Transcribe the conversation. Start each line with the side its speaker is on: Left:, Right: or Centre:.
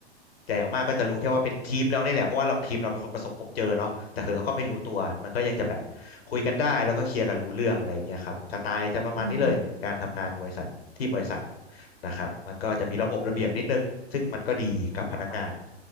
Left: แต่อย่างมากก็จะรู้แค่ว่าเป็นทีมเราเนี่ยแหละเพราะว่าเราทีมเราเป็นคนประสบพบเจอเนาะแต่คือเขาก็ไม่รู้ตัวมันก็ยังจะแบบคุยกันได้แล้วก็เคลียร์กันรู้เรื่องอะไรอย่างเงี้ยครับสไตล์จะประมาณนี้เลยการทำงานบริษัทที่บริษัท
Right: อืม
Left: นะครับมันก็จะมีระบบระเบียบนิดนึงซึ่งมันก็ดีกับพนักงาน
Right: ค่ะ